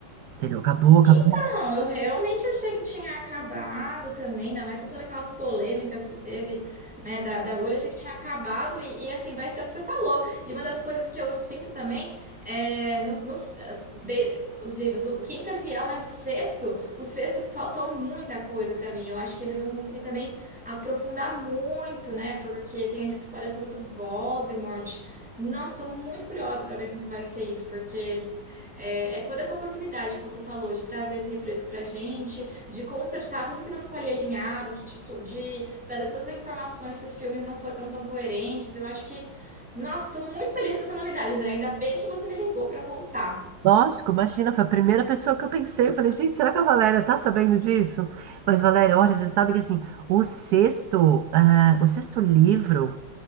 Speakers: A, on the right (about 65°); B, in the centre.
A: entendeu? Acabou, acabou.
B: Então, eu realmente achei que tinha acabado também, ainda mais com todas aquelas polêmicas que teve, né, da, da Rowling, achei que tinha acabado e, e, assim, vai ser o que você falou. E uma das coisas que eu sinto também é nos, nos- as- de- os livros, o, o quinto é fiel, mas o sexto, o sexto faltou muita coisa pra mim. Eu acho que eles vão conseguir também aprofundar muito, né, porque tem essa história toda do Voldemort. Nossa, eu tô muito curiosa pra ver como que vai ser isso, porque é, é toda essa oportunidade que você falou de trazer esse refresco pra gente, de consertar tudo que não ficou ali alinhado, de, tu- de trazer todas as informações que os filmes não foram tão coerentes. Eu acho que. Nossa, tô muito feliz com essa novidade, André. Ainda bem que você me ligou pra contar.
A: Lógico, imagina, foi a primeira pessoa que eu pensei. Eu falei, gente, será que a Valéria tá sabendo disso? Mas, Valéria, olha, você sabe que assim, o sexto, ah, o sexto livro